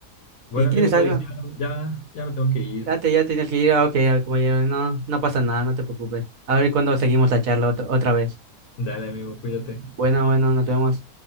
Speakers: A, on the left; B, on the right.
A: Bueno,
B: ¿y tienes
A: amigo,
B: algo?
A: pues ya, ya, ya me tengo que ir.
B: Ya te, ya tienes que ir, ah, ok, ah, compañero,
A: Sí.
B: no, no pasa nada, no te preocupes. A ver cuándo seguimos la charla otra, otra vez.
A: Dale, amigo, cuídate.
B: Bueno, bueno, nos vemos.